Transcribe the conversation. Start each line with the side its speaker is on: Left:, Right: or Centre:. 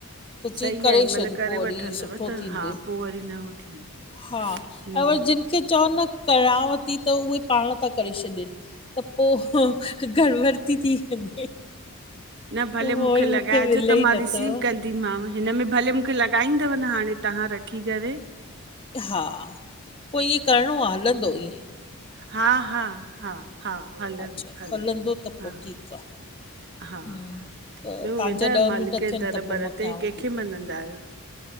Left: त
Right: सही
Left: चई करे
Right: आहे हिन महिल
Left: छॾ
Right: करे
Left: पो वरी
Right: वठंदव
Left: सुठो
Right: त
Left: थींदइ,
Right: हा पो वरी न हो थी
Left: हा
Right: हम्म
Left: अगर जिन खे चओ न कयांव थी, त उहे पाण था करे छॾन त पो, गड़बड़ ती थी वञे।
Right: न भले
Left: वरी
Right: मुखे
Left: मूंखे
Right: लॻाइजो,
Left: मिले
Right: त
Left: ई
Right: मां
Left: नथो।
Right: रिसीव कंदीमांव, हिनमें भले मुखे लॻाईंदव न हाणे तव्हां रखी करे।
Left: हा, पो ईअं करणो आ हलंदो ईएंं?
Right: हा-हा-हा-हा हलंदो
Left: अच्छा
Right: हलंदो
Left: त पोइ
Right: हा
Left: ठीकु आहे।
Right: हा,
Left: हम्म, त
Right: ॿियो
Left: तव्हांजा
Right: वेंदा आहियो
Left: ॾह
Right: मालिक
Left: मिंट थियनि
Right: जे दर
Left: त पोइ
Right: वर
Left: मां
Right: ते
Left: कयांव
Right: कंहिंखे मञदा आहियो?